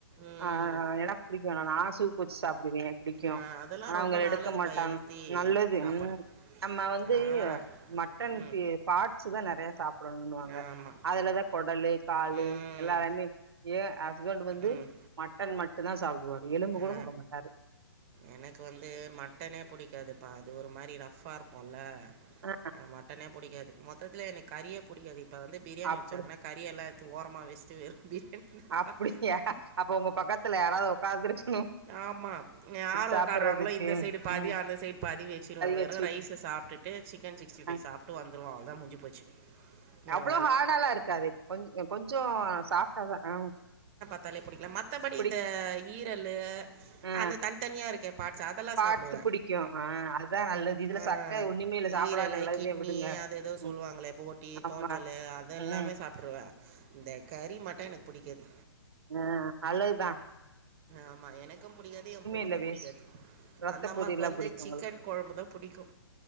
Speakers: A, on the right (about 30°); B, on the right (about 70°).
A: ம்
B: ஆ எனக்கு புடிக்கு நா சூப் பூச்சு சாப்பிடுவே புடிக்கோ
A: ஆ, அதெல்லாம்
B: ஆனா அவங்க
A: ரொம்ப நல்லதுப்பா
B: எடுக்க மாட்டாங்க
A: ஹெல்த்தி
B: நல்லது
A: சாப்பாடு
B: ம் நம்ம வந்து
A: ஆனால்
B: மட்டன்க்கு
A: ம்
B: பாட்ஸ்தா நெறைய சாப்புடணுன்னுவாங்க
A: ஆமாம்
B: அதுலதா கொடலு காளு
A: ம்
B: எல்லார்மே ஏ ஹஸ்பண்ட் வந்து
A: ம்
B: மட்டன் மட்டுந்தா சாப்படுவாரு எலும்பு
A: ஆ,
B: கூட சாப்டமாட்டாரு
A: எனக்கு வந்து மட்டனே புடிக்காதுப்பா அது ஒரு மாரி ரஃப்பா இருக்கோல்ல
B: ஆ
A: அ மட்டனே புடிக்காது மொத்தத்துல எனக்கு கறியே புடிக்காது இப்ப வந்து பிரியாணி
B: அப்டி
A: வச்சாங்கனா கறியெல்லா எடுத்து ஓரமா வெஸ்ட்டு வெறு பிரியாணி
B: அப்டியா
A: சாப்பிட்டு
B: அப்ப உங்க பக்கத்துல யாராவது உக்காந்துருக்க
A: ஆமா யார்
B: சாப்டுறதுக்கு
A: உக்காறாங்களோ இந்த சைடு பாதி
B: ம்
A: அந்த சைடு பாதி வெச்சிருவே வெறு
B: வச்சு விட்டு
A: ரைஸ சாப்டுட்டு சிக்கன் சிக்ஸ்டிஃபைவ்
B: ஆ
A: சாப்டு வந்துருவோ அவள்தா முஞ்சி போச்சு என்
B: அவ்ளோ
A: வேலை
B: ஹாடாலா இருக்காது இப்ப கொஞ்ச கொஞ்சோ சாஃப்டாதா ஆ
A: தலைய புடிக்கல மத்தபடி
B: புடிக்
A: இந்த ஈரலு
B: ஆ
A: அந்த தனி தனிய இருக்கே பாட்ஸ் அதெல்லா
B: பாட்ஸ்
A: சாப்புடுவே
B: புடிக்கு ஆ அதா நல்லது இதுல
A: ஆ
B: சக்க ஒண்ணுமே இல்ல சாப்டாது
A: ஈரலு
B: நல்லதே
A: கிட்னி
B: விடுங்க
A: அது எததோ
B: ம்
A: சொல்லுவாங்களே போட்டி
B: ஆமா
A: தோஞ்சலு அது எல்லாமே
B: ம்
A: சாப்ட்ருவே இந்த கறி மட்டோ எனக் புடிக்காது
B: ம் அலகுதா
A: ஆமா எனக்கு புடிக்காது ஏ பொண்ணுக்கு
B: இல்ல வேஸ்ட்
A: புடிக்காது
B: ரத்த
A: அந்த அம்மாக்கு
B: பொரியல்லா
A: வந்து
B: புடிக்கு
A: சிக்கன்
B: உங்களுக்கு
A: கொழம்புதா புடிக்கு